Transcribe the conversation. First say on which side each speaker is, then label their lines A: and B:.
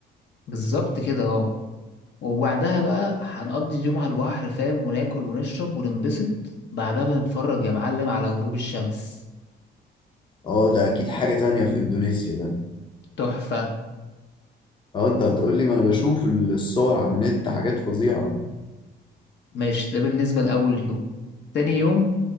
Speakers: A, on the left; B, on the left.
A: بالظبط كده اه وبعدها بقى هنقضي اليوم على البحر فاهم وناكل ونشرب وننبسط بعدها بنتفرج يا معلم على غروب الشمس
B: اه ده أكيد حاجة تانية في إندونيسيا ده
A: تحفة
B: اه أنت هتقولي ما أنا بشوف الصور على النت حاجات فظيعة
A: ماشي ده بالنسبة لأول يوم تاني يوم